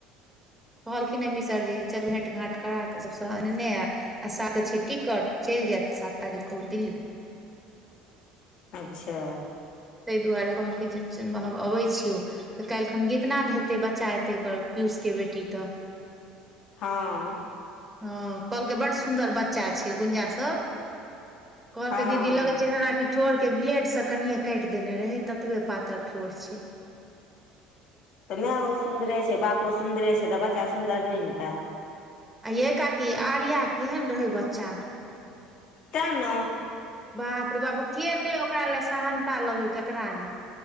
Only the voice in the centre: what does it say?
कहलखिन हं मिसर जी चलू भेंट घाँट करा के सबसँ अनने आ सा क छै टिकट चलि जायत सात तारिख क' ओ दिल्ली
ताहि दुआरे कहलकै जे अबै छियौ तऽ काल्हिखन गीतनाद हेते बच्चा एतै ओकर पियूष के बेैटी तऽ
हँ कहलकै बड़ सुन्दर बच्चा छै गुंजा सभ कहलकै
दीदी लगे छै जेना कि ठोड़ के ब्लेड से कनिए काटि देने रहै ततबे पातर ठोर छै
आ यै काकी आर्या केहन रहै बच्चामे
बाप रे बाप के नहि ओकरा लए सहनता लगै केकरा नहि